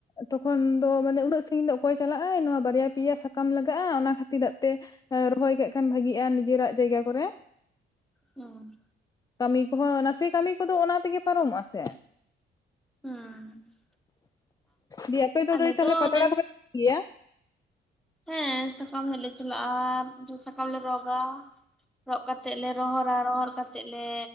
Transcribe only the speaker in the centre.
ᱦᱩᱸ
ᱦᱩᱸ
ᱟᱞᱮ
ᱚᱱᱮ
ᱦᱮᱸ ᱥᱟᱠᱟᱢ ᱦᱮᱡ ᱞᱮ ᱪᱟᱞᱟᱜ-ᱟ ᱥᱟᱠᱟᱢ ᱞᱮ ᱨᱚᱜᱟ ᱨᱚᱜ ᱠᱟᱛᱮ ᱞᱮ ᱨᱚᱦᱚᱨᱟ ᱨᱚᱦᱚᱲ ᱠᱟᱛᱮ ᱪᱮᱫ ᱞᱮ